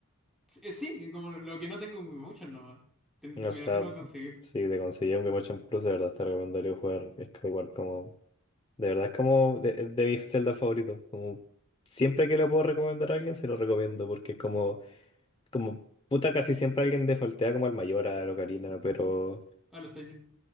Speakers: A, in the centre; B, on the left (about 25°).
A: sí, sí, como lo que no tengo en Wii Motion nomás, Ten-
B: O
A: me
B: sea,
A: lo tengo que conseguir.
B: si te conseguí un Game Watch en Plus, de verdad te recomendaría jugar Skyward como... De verdad es como de, de mis Zelda favoritos. Como siempre que lo puedo recomendar a alguien, se lo recomiendo, porque es como... Como puta, casi siempre alguien defaultea como al mayor, a la Ocarina, pero...
A: Hola, soy yo.